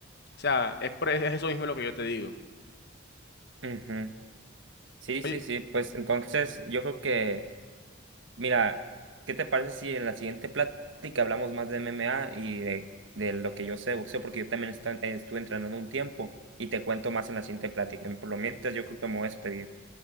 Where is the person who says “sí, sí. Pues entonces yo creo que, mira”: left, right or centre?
Right